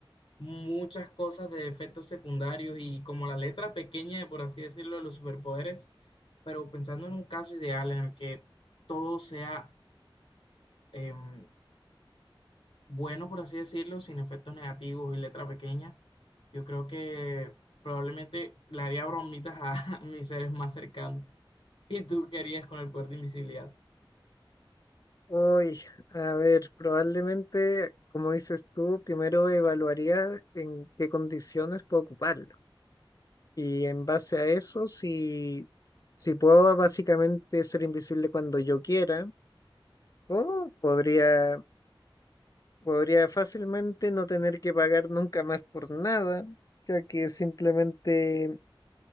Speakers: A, on the left (about 75°); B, on the left (about 40°).
A: muchas cosas de efectos secundarios y como la letra pequeña, por así decirlo, de los superpoderes, pero pensando en un caso ideal en el que todo sea em, bueno, por así decirlo, sin efectos negativos y letra pequeña, yo creo que probablemente le haría bromitas a <laughs> mis seres más cercanos. ¿Y tú qué harías con el poder de invisibilidad?
B: Hoy, a ver, probablemente, como dices tú, primero evaluaría en qué condiciones puedo ocuparlo. Y en base a eso, si, si puedo básicamente ser invisible cuando yo quiera, o podría Podría fácilmente no tener que pagar nunca más por nada, ya que simplemente